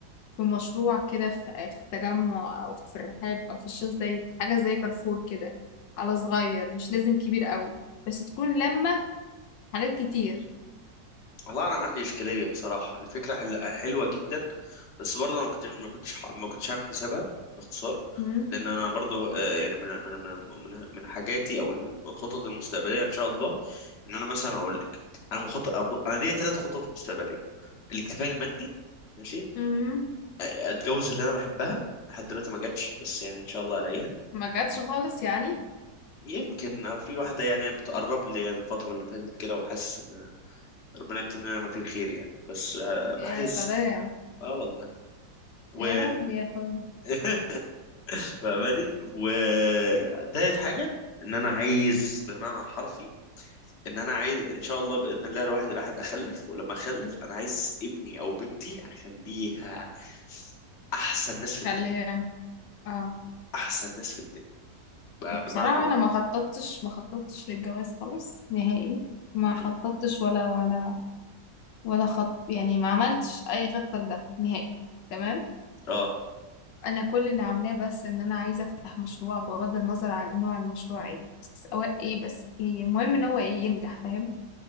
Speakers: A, on the left (about 80°); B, on the left (about 45°).
A: في مشروع كده في في التجمع أو في الرحاب أو في الشيخ زايد حاجة زي كارفور كده على صغير مش لازم كبير قوي بس تكون لما حاجات كتير
B: والله انا ما عندي اشكاليه بصراحه الفكره حل... حلوه جدا بس برضه انا ما كنتش ما كنتش ح- ما كنتش عامل حسابها باختصار
A: مم.
B: لان انا برضه آه، يعني من من من من من حاجاتي او الخطط المستقبليه ان شاء الله ان انا مثلا اقول لك انا مخطط أب- انا ليا ثلاث خطط مستقبليه الاكتفاء المادي ماشي
A: مم.
B: أ- اتجوز اللي انا بحبها لحد دلوقتي ما جاتش بس يعني ان شاء الله الاقيها
A: ما جاتش خالص يعني
B: يمكن في واحدة يعني بتقرب لي يعني الفترة اللي فاتت كده وحاسس إن ربنا يكتب لنا ما فيه الخير يعني بس بحس
A: يا سلام
B: اه والله و
A: يا رب يا اخوي
B: <laughs> فاهماني و تالت حاجة إن أنا عايز بالمعنى الحرفي إن أنا عايز إن شاء الله بإذن الله الواحد الأحد أخلف ولما أخلف أنا عايز ابني أو بنتي أخليها أحسن ناس في الدنيا
A: خليها اه
B: أحسن ناس في الدنيا بقى بالمعنى
A: بصراحة
B: الحرفي
A: أنا ما خططتش ما خططتش للجواز خالص نهائي ما
B: مم.
A: خططتش ولا ولا ولا خط يعني ما عملتش أي خطة لده نهائي تمام
B: اه
A: أنا كل اللي عاملاه بس إن أنا عايزة أفتح مشروع بغض النظر عن نوع المشروع إيه بس هو إيه بس هي المهم إن هو إيه ينجح فاهم